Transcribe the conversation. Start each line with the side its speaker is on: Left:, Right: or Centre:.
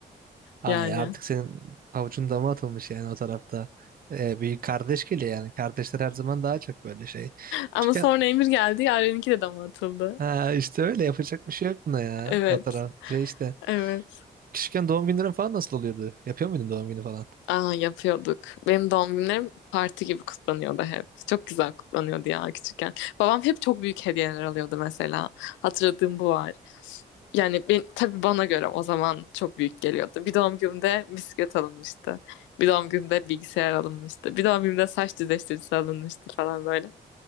Right: Ay
Left: Yani.
Right: artık senin pabucun dama atılmış yani o tarafta. Ee, bir kardeş geliyor yani. Kardeşler her zaman daha çok böyle şey.
Left: Ama
Right: Küçükken
Left: sonra Emir geldi. Yaren'inki de dama atıldı.
Right: ha, işte öyle yapacak bir şey yok buna ya.
Left: Evet.
Right: O taraf şey işte.
Left: Evet.
Right: Küçükken doğum günlerin falan nasıl oluyordu? Yapıyor muydun doğum günü falan?
Left: Aa, yapıyorduk. Benim doğum günlerim parti gibi kutlanıyordu hep. Çok güzel kutlanıyordu ya küçükken. Babam hep çok büyük hediyeler alıyordu mesela. Hatırladığım bu var. Yani ben, tabii bana göre o zaman çok büyük geliyordu. Bir doğum günümde bisiklet alınmıştı. Bir doğum günümde bilgisayar alınmıştı. Bir doğum günümde saç düzleştiricisi alınmıştı falan böyle.